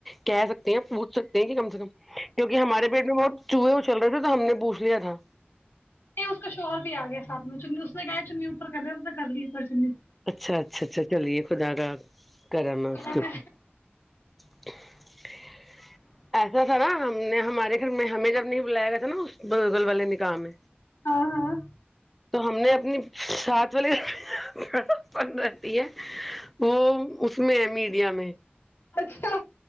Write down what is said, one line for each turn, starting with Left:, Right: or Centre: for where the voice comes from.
Centre: کہہ سکتے ہیں پوچھ سکتے ہیں کہ کم سے کم کیونکہ ہمارے پیٹ میں بہت چوہے ا چل رہے تھے تو ہم نے پوچھ یا تھا <unintelligible>
Left: نہیں اس کا شوہر بھی آ گیا سھ میں چنی اس نے کہیا چننی اوپر کر دے اس نے کر لی اوپر چنی سے <inaudible>
Centre: اچھا اچھا اچھا چلیے خدا کا کر نا
Left: کرا
Centre: اسکپ
Left: میں
Centre: <unintelligible> تو <unintelligible> ایسا تھا نا نے ہمارے گھر میں ہمیں جب نہیں بلایا گیا تھا نا اس بگل والے نکاح ہے
Left: ہاں ہاں
Centre: تو ہم نے اپنی ساتھ والیند ر ہے وہ اس میں ہے میڈیا میں
Left: اچھا